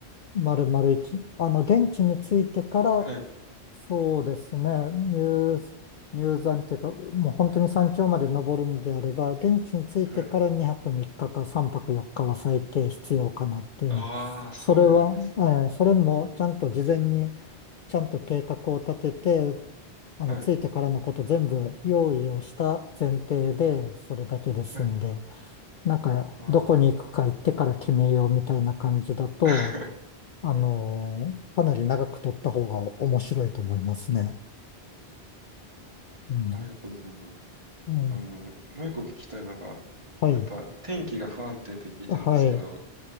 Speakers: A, on the left (about 60°); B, on the right (about 30°).
A: 丸々一。あの、電池についてから、
B: はい、
A: そうですね。入、入山っていうか、もう本当に山頂まで登るんであれば、電池についてから2泊3日か3泊4日は最低必要かなっていうの。
B: はい。ああ、そうなんですね。
A: それは、ええそれもちゃんと事前に、ちゃんと計画を立てて、あの、
B: はい、
A: ついてからのこと全部用意をした前提で、それだけですんで、
B: はい。
A: なんか、
B: ああ、
A: どこに行くか行ってから決めようみたいな感じだと、
B: <laughs>
A: あのーかなり長く取った方が面白いと思いますね。うん。
B: ありがとうございます。
A: うん、
B: あの、もう一個聞きたいのが、
A: はい。
B: やっぱ天気が不安定って聞いたんですけど、
A: はい。